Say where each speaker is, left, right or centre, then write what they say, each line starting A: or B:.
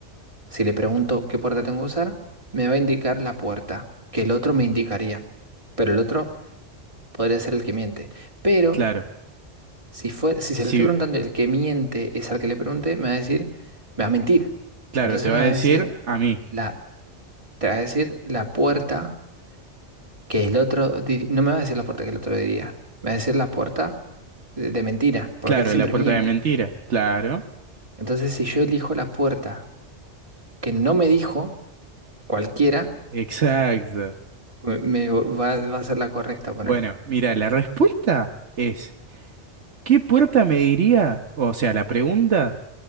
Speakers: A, on the right; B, on the right.
A: Si le pregunto qué puerta tengo que usar, me va a indicar la puerta, que el otro me indicaría. Pero el otro podría ser el que miente. Pero
B: Claro.
A: si fue, si se
B: Sí,
A: lo estoy preguntando, el que miente es al que le pregunte, me va a decir, me va a mentir.
B: claro,
A: Entonces
B: te va
A: me
B: a
A: va
B: decir
A: a decir
B: a mí.
A: la, te va a decir la puerta. que el otro, dir- no me va a decir la puerta que el otro diría, me va a decir la puerta de, de mentira, porque
B: Claro,
A: él siempre
B: la puerta
A: miente.
B: de mentira. Claro.
A: Entonces, si yo elijo la puerta que no me dijo cualquiera,
B: Exacto.
A: me, me va, va a ser la correcta,
B: Bueno,
A: ponerle,
B: mira, la respuesta es, ¿qué puerta me diría? O sea, la pregunta